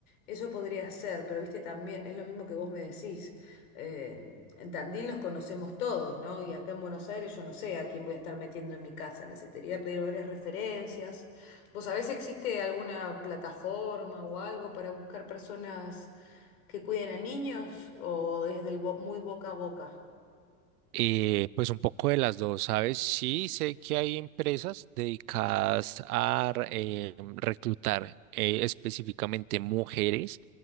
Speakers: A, on the left; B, on the right.
A: Eso podría ser, pero viste, también es lo mismo que vos me decís. Eh, en Tandil los conocemos todos, ¿no? Y acá en Buenos Aires yo no sé a quién voy a estar metiendo en mi casa. Necesitaría pedir varias referencias. ¿Vos sabés si existe alguna plataforma o algo para buscar personas que cuiden a niños o desde el bo- muy boca a boca?
B: Eh, pues un poco de las dos, ¿sabes? Sí, sé que hay empresas dedicadas a eh, reclutar eh, específicamente mujeres